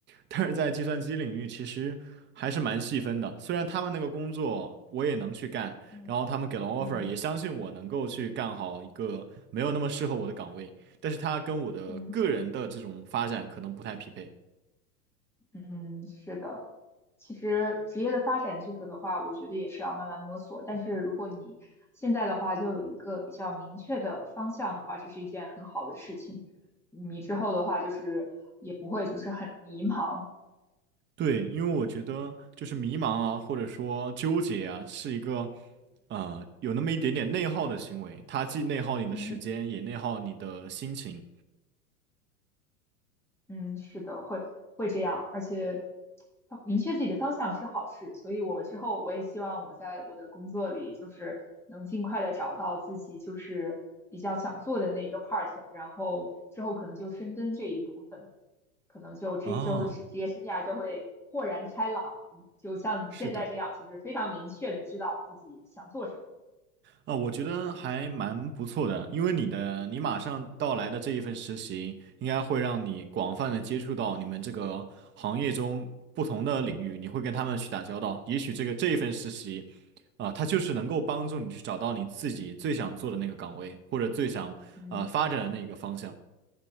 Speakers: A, on the right; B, in the centre.
A: 但是在计算机领域，其实还是蛮细分的。虽然他们那个工作我也能去干，
B: 嗯嗯
A: 然后他们给了 offer，也相信我能够去干好一个没有那么适合我的岗位，但是它跟我的个人的这种发展可能不太匹配。
B: 嗯嗯，是的。其实职业的发展这个的话，我觉得也是要慢慢摸索。但是如果你现在的话就有一个比较明确的方向的话，这是一件很好的事情。你之后的话就是也不会就是很迷茫。
A: 对，因为我觉得就是迷茫啊，或者说纠结啊，是一个呃有那么一点点内耗的行为，它既内耗你的时间，
B: 嗯。
A: 也内耗你的心情。
B: 嗯，是的，会会这样，而且呃明确自己的方向是好事，所以我之后我也希望我在我的工作里就是能尽快的找到自己就是比较想做的那个 part，然后之后可能就深耕这一部分，可能就这之后的职职业生涯就会豁然开朗，
A: 哦，
B: 就像你现在这样，
A: 是的，
B: 就是非常明确的知道自己想做什么。
A: 啊，我觉得还蛮不错的，因为你的你马上到来的这一份实习，应该会让你广泛的接触到你们这个行业中不同的领域，你会跟他们去打交道。也许这个这一份实习，啊，它就是能够帮助你去找到你自己最想做的那个岗位，
B: 嗯
A: 或者最想呃发展的那个方向。
B: 嗯。